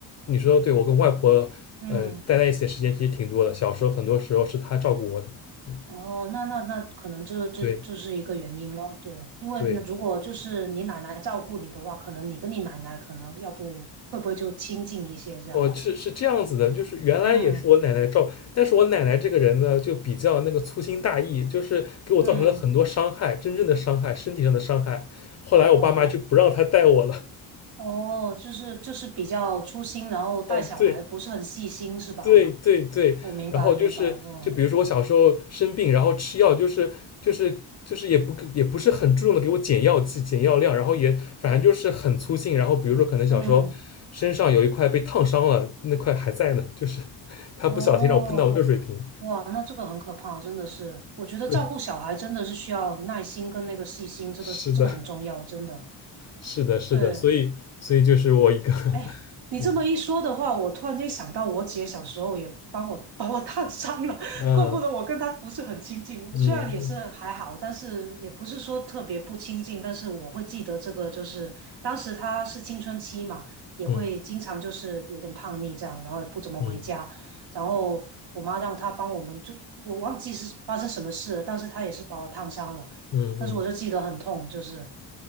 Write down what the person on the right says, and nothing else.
嗯，
哦，那那那可能这这这是一个原因了，
对，因为那如果就是你奶奶照顾你的话，
可能你跟你奶奶可能要不会不会就亲近一些这样？
嗯
嗯，
哦哦，就是就是比较粗心，然后带小孩不是很细心是吧？
我明白明白，
嗯
嗯。
哦，哇，那这个很可怕，真的是。我觉得照顾小孩真的是需要耐心跟那个细心，
这个这个很重要，
真的。
对，
哎，你这么一说的话，
我突然间想到，我姐小时候也帮我把 <laughs> 我烫伤了，<laughs>
怪不得我跟她不是很亲近。
虽然也是还好，但是也不是说特别不亲近。但是我会记得这个，就是当时她是青春期嘛，也会经常就是有点叛逆这样，
然后也不怎么回家。
然后我妈让她帮我们，就我忘记是发生什么事了，但是她也是把我烫伤了。
但是我就记得很痛，就是